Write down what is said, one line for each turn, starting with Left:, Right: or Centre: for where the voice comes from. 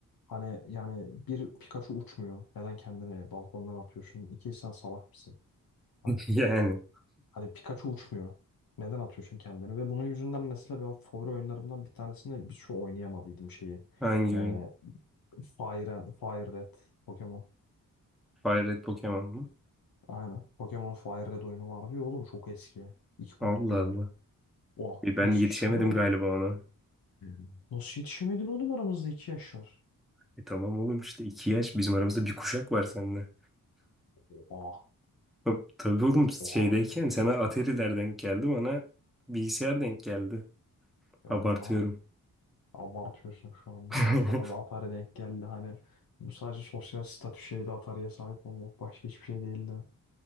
Left: Hani yani bir Pikachu uçmuyor. Neden kendini balkondan atıyorsun? İki sen salak mısın? Hani,
Centre: Yani
Left: hani Pikachu uçmuyor. Neden atıyorsun kendini? Ve bunun yüzünden mesela ben favori oyunlarımdan bir tanesini bir şu oynayamadıydım şeyi.
Centre: hangi
Left: Ee,
Centre: oyun?
Left: Fire, and- Fire Red Pokemon.
Centre: Fire Red Pokemon mu?
Left: Aynen. Pokemon Fire Red oyunu vardı ya oğlum çok eski. İki
Centre: Allah
Left: boyutlu
Centre: Allah.
Left: böyle. Oha
Centre: E ben
Left: nasıl
Centre: yetişemedim
Left: hiç oynamadın
Centre: galiba
Left: mı?
Centre: ona.
Left: Hı. hı. Nasıl yetişemedin oğlum aramızda iki yaş var.
Centre: E tamam oğlum işte iki yaş bizim aramızda bir kuşak var seninle.
Left: Oha.
Centre: Hop, Tabii oğlum şeydeyken
Left: Oha.
Centre: sana Atari'ler denk geldi bana bilgisayar denk geldi.
Left: Ya
Centre: Abartıyorum.
Left: oğlum bana abartıyorsun şu anda
Centre: <laughs>
Left: yani sana da Atari denk geldi hani bu sadece sosyal statü şeydi Atari'ye sahip olmak başka hiçbir şey değildi.